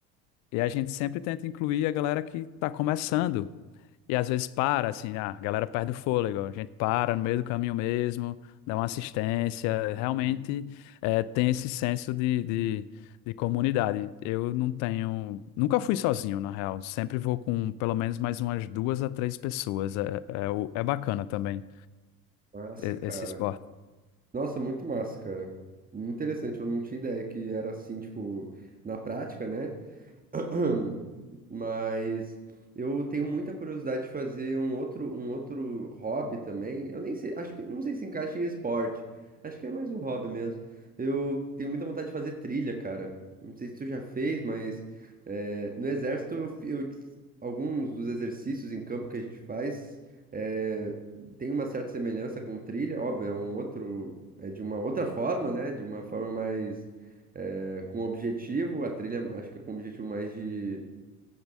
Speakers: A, on the left; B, on the right.
A: e a gente sempre tenta incluir a galera que está começando. E às vezes para, assim, ah, a galera perde o fôlego, a gente para no meio do caminho mesmo, dá uma assistência, realmente
B: uhum.
A: eh, tem esse senso de, de, de comunidade. Eu não tenho, nunca fui sozinho, na real, sempre vou com pelo menos mais umas duas a três pessoas, é, é, o- é bacana também
B: Massa,
A: eh,
B: cara.
A: esse esporte.
B: Nossa, muito massa, cara. Interessante, eu não tinha ideia que era assim, tipo, na prática, né? <clears throat> Mas eu tenho muita curiosidade de fazer um outro, um outro hobby também. Eu nem sei, acho que não sei se encaixa em esporte. Acho que é mais um hobby mesmo. Eu tenho muita vontade de fazer trilha, cara. Não sei se tu já fez, mas eh, no exército eu, fi- eu- alguns dos exercícios em campo que a gente faz eh, tem uma certa semelhança com trilha. Óbvio, é um outro, é de uma outra forma, né? De uma forma mais é, com objetivo, a trilha acho que é com objetivo mais de